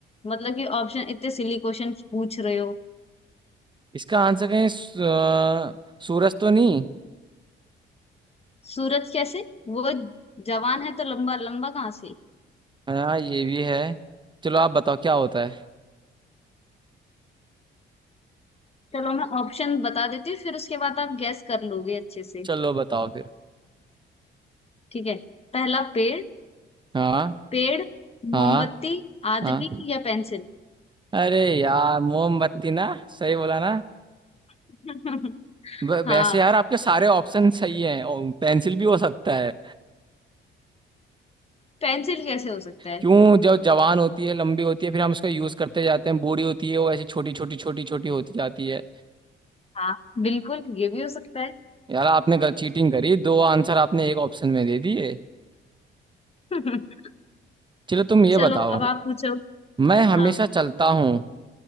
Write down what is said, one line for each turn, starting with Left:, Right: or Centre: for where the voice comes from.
Left: मतलब कि ऑप्शन इतने सिली क्वेश्चन पूछ रहे हो
Right: इसका आंसर कहीं सू- अ, सूरज तो नहीं
Left: सूरज कैसे वो जवान है तो लंबा लंबा कहाँ से
Right: हाँ ये भी है चलो आप बताओ क्या होता है
Left: चलो मैं ऑप्शन बता देती हूँ फिर उसके बाद आप गैस कर लोगे अच्छे से
Right: चलो बताओ फिर
Left: ठीक है पहला पेड़
Right: हाँ
Left: पेड़
Right: हाँ
Left: मोमबत्ती आदमी
Right: हाँ
Left: या पेंसिल
Right: अरे यार मोमबत्ती ना सही बोला ना
Left: <laughs>
Right: व-
Left: हाँ
Right: वैसे यार आपके सारे ऑप्शन सही हैं और पेंसिल भी हो सकता है
Left: पेंसिल कैसे हो सकता है
Right: क्यों जब जवान होती है लंबी होती है फिर हम उसका यूज करते जाते हैं बूढ़ी होती है वो ऐसी छोटी छोटी छोटी छोटी होती जाती है
Left: हाँ बिल्कुल ये भी हो सकता है
Right: यार आपने गलत चीटिंग करी दो आंसर आपने एक ऑप्शन में दे दिए
Left: <laughs>
Right: चलो तुम ये
Left: चलो
Right: बताओ
Left: अब आप पूछो
Right: मैं हमेशा
Left: हाँ
Right: चलता हूँ